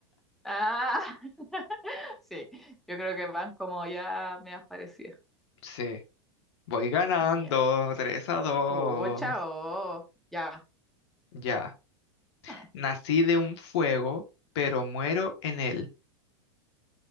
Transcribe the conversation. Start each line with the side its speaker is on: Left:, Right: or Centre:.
Centre: Ah, <laughs> sí, yo creo que van como ya me aparecía.
Left: <laughs> Sí. Voy ganando,
Centre: Ya.
Left: 3 a dos
Centre: Pucha, oh, ya.
Left: Ya.
Centre: Hmm.
Left: Nací de un fuego, pero muero en él.